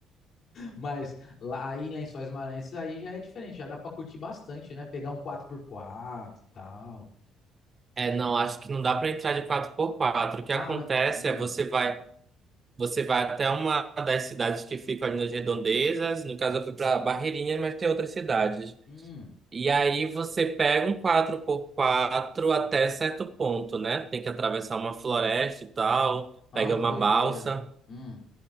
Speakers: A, on the left; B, on the right.
A: Mas lá aí em Lençóis Maranhenses aí já é diferente, já dá pra curtir bastante, né? Pegar um quatro por quatro e tal.
B: É, não, acho que não dá para entrar de quatro por quatro. O que
A: Ah,
B: acontece
A: não. Hum,
B: é você vai, você vai até uma das cidades que ficam ali nas redondezas. No caso, eu fui para Barreirinha, mas tem outras cidades.
A: hum.
B: E aí você pega um quatro por quatro até certo ponto, né? Tem que atravessar uma floresta e tal,
A: Ah,
B: pega
A: que
B: uma
A: doideira.
B: balsa.
A: Hum.